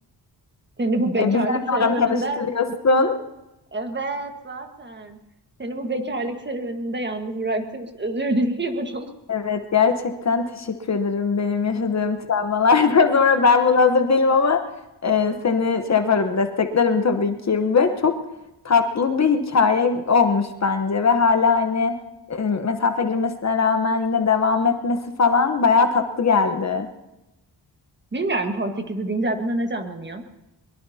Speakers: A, on the right; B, on the left.
A: Seni bu bekarlık
B: E bizi ne
A: serüveninde
B: zaman tanıştırıyorsun?
A: evet zaten. Seni bu bekarlık serüveninde yalnız bıraktığım için özür diliyorum.
B: Evet gerçekten teşekkür ederim. Benim yaşadığım travmalardan <laughs> sonra ben buna hazır değilim ama e, seni şey yaparım desteklerim tabii ki. Ve çok tatlı bir hikaye olmuş bence ve hala hani e, mesafe girmesine rağmen yine devam etmesi falan bayağı tatlı geldi.
A: <laughs> Bilmiyorum Portekiz'i deyince aklına ne canlanıyor?